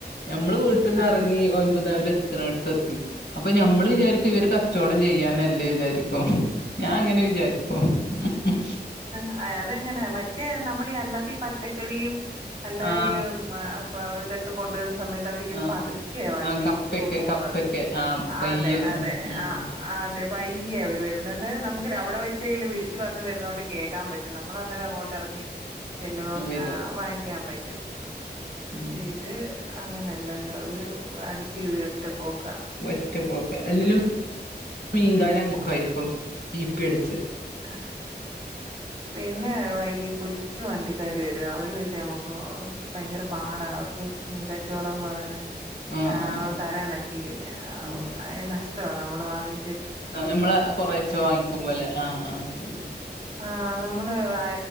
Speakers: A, on the left; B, on the right.
A: ഞമ്മള് വീട്ട്ന്ന്
B: അതെ
A: എറങ്ങി ഒമ്പതാര് എടുത്ത് അപ്പൊ ഞമ്മള് വിചാരിക്കും ഇവര് കച്ചവടം ചെയ്യാനല്ലേ വിചാരിക്കും ഞാൻ അങ്ങനെ വിചാരിക്കോ ഹും ഹും
B: അ അതെങ്ങനെ മറ്റേ നമ്മള് അല്ലാതെ ഈ പച്ചക്കറിയും അല്ലാതെ
A: ആഹ്
B: ഈയ് അപ്പ ഇതൊക്കെ കൊണ്ടുവര സമയത്ത് അവരിങ്ങനെ
A: ആഹ്
B: പതുക്കെയ വണ്ടി
A: ആഹ് കപ്പക്കെ
B: പോകുന്നത്
A: കപ്പക്കെ ആഹ് പയ്യെ
B: അതെ അതെ
A: ഉം
B: ആ
A: ഉം
B: ആ അതെ പയ്യേ അവര് വരുന്നത് അന്നേരം നമ് അവിടെ വെച്ചൽ വിളിച്ച് പറഞ്ഞു വരുന്നോണ്ട് കേൾൻ പറ്റും നമ്മള അന്നേരം അങ്ങോട്ട ഇറങ്ങി ചല്ല
A: വരും
B: വാങ്ങിക്കാൻ പറ്റും പക്ഷെ
A: ഉം
B: ഇത് അങ്ങനെയല്ലല്ലോ ഒരു അടിച്ച കേറി ഒറ്റ പോക്കാ
A: ഒറ്റപ്പോക്കെ അല്ലിലും മീകാര് അങ്ങക്കെ ആയിരിക്കും പിപ്പി അടിച്ച്
B: ആ പിന്നെ ഈ <unintelligible> കുറച്ചച്ച് വണ്ടിക്കാര് വരും അവര് പക്ഷെ നമുക്ക് ഭയങ്കര പാടാ അവർക്ക് മീൻകച്ചവടംന്ന് പറയുന്നത്
A: ആഹ്
B: ആ
A: ആഹ് ആഹ്
B: തരാനൊക്കി ആ
A: ഉം
B: നഷ്ടമാ നമ്മള് വാങ്ങ
A: നമ്മള് കൊറേച്ച വാങ്ങിക്കുമ്പോലെ ആഹ ആ് ശരി
B: ആഹ നമ്മള് ആ